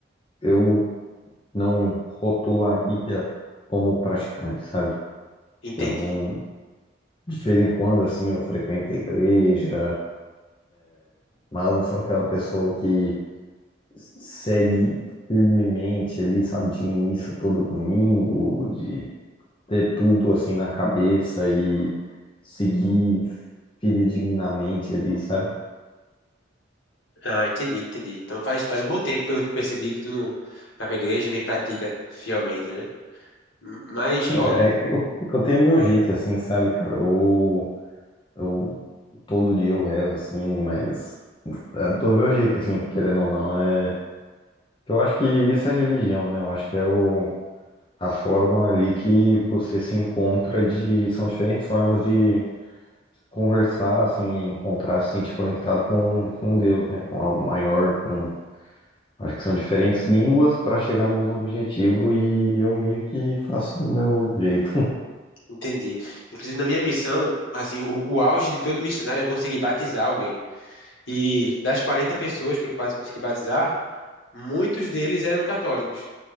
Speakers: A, on the left (about 25°); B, on the left (about 70°).
A: eu não rotularia como praticante, sabe?
B: Entendi.
A: Eu não, de vez em quando, assim, eu frequento a igreja, mas eu não sou aquela pessoa que segue firmemente ali, sabe, de ir em missa todo domingo, de ter tudo assim na cabeça e seguir fidedignamente ali, sabe?
B: Ah, entendi, entendi. Então faz, faz um bom tempo, pelo que eu percebi, que tu não vai pra igreja nem pratica fielmente, né? M- Mas,
A: Enfim,
B: ó,
A: é, é- eu, eu tenho meu jeito assim, sabe, cara? Eu, eu todo dia eu rezo assim, mas é do meu jeito assim, querendo ou não, é que eu acho que isso é religião, né? Eu acho que é o, a forma ali que você se encontra de são diferentes formas de conversar, assim, encontrar, se sentir conectado com, com Deus, né? Com algo maior, com. Acho que são diferentes línguas para chegar no mesmo objetivo e eu meio que faço do meu jeito.
B: Entendi. Inclusive, na minha missão, assim, o, o auge de todo missionário é conseguir batizar alguém. E das 40 pessoas que eu quase consegui batizar, muitos deles eram católicos.